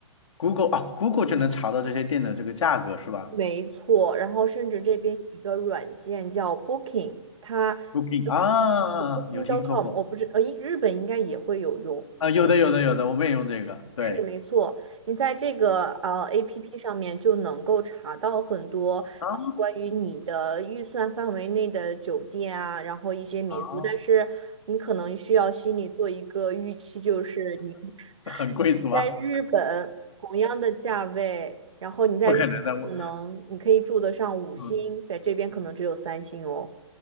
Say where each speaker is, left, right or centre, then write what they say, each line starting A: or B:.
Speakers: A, on the left; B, on the right.
A: ，Google 啊，Google 就能查到这些店的这个价格是吧
B: 没错，然后甚至这边有一个软件叫 Booking，它
A: ？OK，Booking
B: 就是
A: 啊，
B: Booking.com，
A: 有听说过
B: 我不知呃，日本应该也会有用。
A: 啊，有的有的有的，我们也用这个，对，
B: 是没错，你在这个呃 APP 上面就能够查到很多呃关于你的预算范围内的酒店啊，
A: 啊
B: 然后一些民宿，
A: 啊，
B: 但是你可能需要心里做一个预期，就是你 <laughs>
A: 这很贵是吗？
B: 在日本同样的价位，然后你在日本可能你可以住得上五星，
A: 不可能的，我。嗯。
B: 在这边可能只有三星哦。